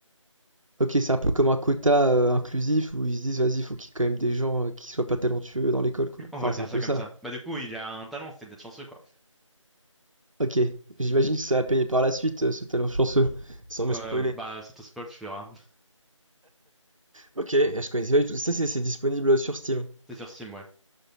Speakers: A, on the right; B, in the centre.
A: Ok, c'est un peu comme un quota euh, inclusif où ils se disent, vas-y, faut qu'il y ait quand même des gens euh, qui soient pas talentueux dans l'école, quoi.
B: <laughs> On
A: Enfin,
B: va dire
A: c'est un
B: ça
A: peu
B: comme
A: ça.
B: ça. Bah du coup, il a un talent, c'est d'être chanceux quoi.
A: Ok. J'imagine que ça a payé par la suite, euh, ce talent chanceux. Sans me
B: Euh,
A: spoiler.
B: bah, sans te spoil, tu verras. <laughs>
A: Ok, je connaissais pas du tout. Ça, c'est c'est disponible sur Steam.
B: C'est sur Steam, ouais.